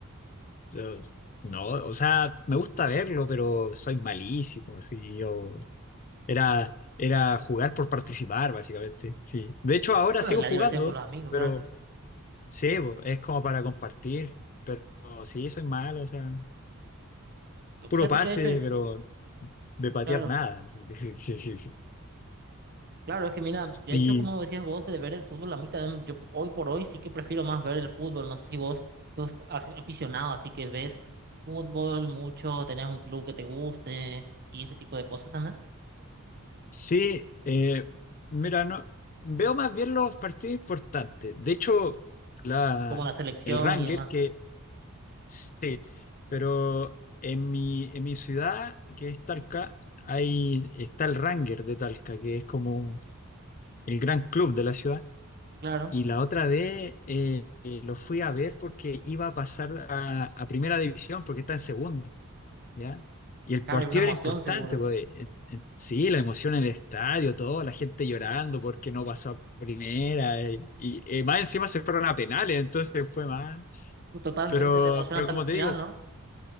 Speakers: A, on the left; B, on the right.
A: yo- no, o sea, me gusta verlo, pero soy malísimo, sí, yo era, era jugar por participar, básicamente, sí. De hecho, ahora
B: Bueno,
A: sigo
B: y la
A: jugando,
B: diversión con los amigos,
A: pero
B: claro.
A: sí, pues, es como para compartir, pero sí, soy malo, o sea, puro
B: Fíjate
A: pase,
B: que de hecho,
A: pero de patear
B: claro.
A: nada. sí. <laughs>
B: Claro, es que mira, de
A: Y,
B: hecho, como decías vos, de ver el fútbol, a mí también, yo hoy por hoy sí que prefiero más ver el fútbol. No sé si vos sos as- aficionado, así que ves fútbol mucho, tenés un club que te guste y ese tipo de cosas también,
A: Sí, eh, mira, no, veo más bien los partidos importantes. De hecho, la,
B: como la selección
A: el Ranger,
B: y demás.
A: que sí, pero en mi, en mi ciudad, que es Talca, hay, está el Ranger de Talca, que es como el gran club de la ciudad.
B: Claro,
A: Y la otra vez eh, eh, lo fui a ver porque iba a pasar a, a primera división, porque está en segunda. ¿ya? Y el
B: claro,
A: partido
B: hay una emoción
A: era importante,
B: seguro.
A: pues eh, eh, eh, sí, la emoción en el estadio, todo, la gente llorando porque no pasó a primera, y, y, eh, más encima se fueron a penales, entonces fue más.
B: Pues Totalmente
A: Pero,
B: la emoción
A: pero
B: hasta
A: como
B: el final,
A: te digo,
B: ¿no?